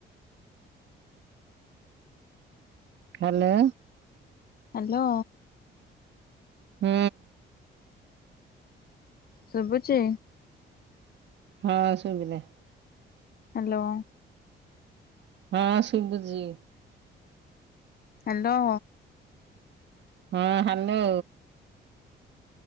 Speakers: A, on the right; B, on the left.
A: Hello
B: hello.
A: ହୁଁ
B: ଶୁବୁଛି
A: ହଁ ଶୁବିଲା।
B: ହ୍ୟାଲୋ
A: ହଁ ଶୁବୁଝି।
B: ହ୍ୟାଲୋ।
A: ହଁ ହାଲୋ